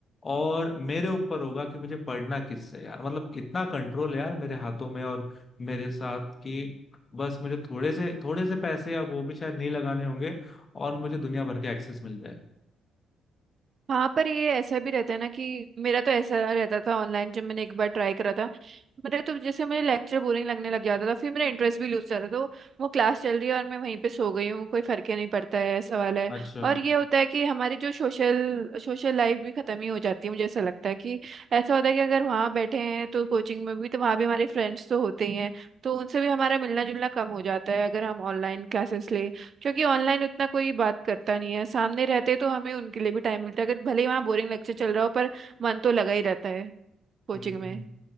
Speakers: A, on the left (about 35°); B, on the right (about 50°).
A: और मेरे ऊपर होगा कि मुझे पढ़ना किससे है यार मतलब इतना कंट्रोल है यार मेरे हाथों में और मेरे साथ कि बस मुझे थोड़े से थोड़े से पैसे या वो भी शायद नहीं लगाने होंगे और मुझे दुनिया भर के एक्सेस मिल जाए
B: हाँ पर ये ऐसा भी रहता है ना कि मेरा तो ऐसा रहता था ऑनलाइन जब मैंने एक बार ट्राई करा था मेरे तो जैसे मेरे लेक्चर बोरिंग लगने लग जाता था फिर मेरा इंटरेस्ट भी लूज जाता था तो वो क्लास चल रही है और मैं वहीं पे सो गई हूँ कोई फर्क ही नहीं पड़ता है ऐसा वाला है
A: अच्छा
B: और ये होता है कि हमारी जो सोशल सोशल लाइफ भी खत्म ही हो जाती है मुझे ऐसा लगता है कि ऐसा होता है कि अगर वहाँ बैठे हैं तो कोचिंग में भी तो वहाँ भी हमारे फ्रेंड्स तो होते ही हैं तो उनसे भी हमारा मिलना जुलना कम हो जाता है अगर हम ऑनलाइन क्लासेस ले क्योंकि ऑनलाइन उतना कोई बात करता नहीं है सामने रहते तो हमें उनके लिए भी टाइम मिलता है अगर भले ही वहाँ बोरिंग लेक्चर चल रहा हो पर मन तो लगा ही रहता है कोचिंग
A: हम्म
B: में